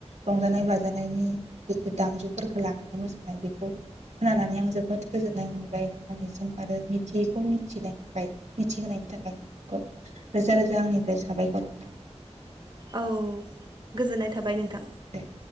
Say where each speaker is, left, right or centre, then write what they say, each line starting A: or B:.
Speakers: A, on the right; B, on the right.
A: रंजानाय बाजानायनि जिथु दामजुफोरखौ लानानै मोसानाय बेखौ खोनानानै आं जोबोद गोजोननाय मोनबाय नोंथांनिसिम आरो मिथियैखौ मिथिनायनि थाखाय मिथिहोनायनि थाखाय नोंथांखौ रोजा रोजा आंनिफ्राय साबायखर नोंथां
B: औ गोजोननाय थाबाय नों थां
A: दे